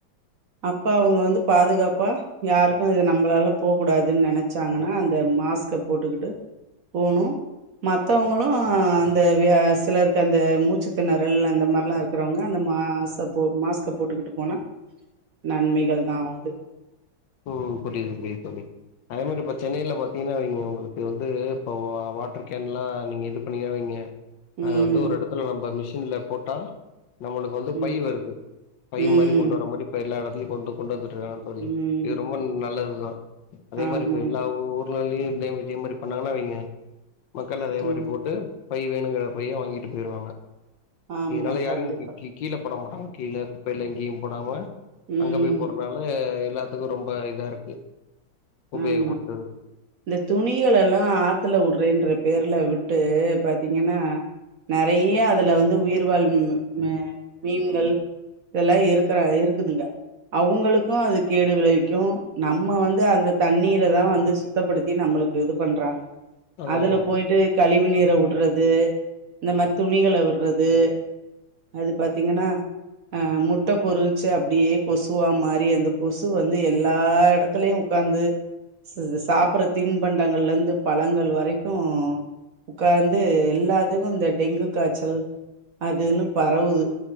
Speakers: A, on the right; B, on the left.
A: அப்ப அவுங்க வந்து பாதுகாப்பா யாருக்கு இது நம்பலால போக கூடாதுனு நெனச்சாங் கனா அந்த மாஸ்க போட்டுக்கிட்டு போணு மத்தவங்களு அ அந்த வியா சிலருக்கு அந்த மூச்சு திணறல் அந்த மார்ல்லா இருக்கிறவங்க அந் மாச போ மாஸ்க போட்டுக்கிட்டு போனா நன்மைகள் தா ஆவுது
B: ம் புரியுது புரியுது தோழி அதே மாரி இப்ப சென்னையில பாத்தீங்கனா இவங்களுக்கு வந்து இப்ப வாட்டர் கேன்லா நீங்க இது பண்ணிறாய்ங்க
A: ம்
B: அது வந்து ஒரு இடத்துல நம்ம மிஷின்ல போட்டா நம்மளுக்கு வந்து
A: ம்
B: பை வருது பை
A: ம்
B: மாரி கொண்டு வர்ற மாரி இப்ப எல்லா இடத்திலயையு கொண்டு கொண்டு வந்துட்டு இருக்காங்க தோழி
A: ம்
B: இது ரொம்ப நல்லது தா அதே
A: ஆமா
B: மாரி இப்ப எல்லா உ ஊர் லையு இதே முக்கியம் மாரி பண்ணாங்கன்னா வைங்க மக்கள் அதே மாரி
A: ம்
B: போட்டு பை வேணுங்கிற பைய வாங்கிட்டு போயிருவாங்க
A: ஆமா
B: இதனால யாரும்
A: கண்டிப்பா
B: கீ கீ கீழ போட மாட்டாங்க கீழ குப்பைல எங்கேயு போடாம
A: ம்
B: அங்க போய் போடுறதால அது ரொம்ப இதா இருக்கு உபயோகப்படுத்துது
A: ஆமா இந்த துணிகள எல்லா ஆத்துல வுடுறேன்ற பேர்ல விட் டு பாத்தீங்கனா நெறைய அதுல வந்து உயிர் வாழும் மே மீன்கள் இதெல்லா இருக்கிற இருக்குதுங்க அவங்களுக்கு அது கேடு விளைவிக்கு நம்ம வந்து அந்த தண்ணீர தா வந்து சுத்தப்படுத்தி நம்ளுக்கு இது பண்றாங்க
B: அதா
A: அதுல போயிட்டு கழிவு நீர வுட் றது இந்த மாரி துணிகள வுட்றது அது பாத்தீங்கனா ஆ முட்ட பொரிச்சு அப்டியே கொசுவா மாரி அந்த கொசு வந்து எல்லா இடத்துலயு உட்காந்து ஸ் ஸ் சாப்டுற தின்பண்டங்கள்ல இருந்து பழங்கள் வரைக்கு உக்காந்து எல்லாத்துக்கு இந்த டெங்கு காய்ச்சல் அதுன்னு பரவுது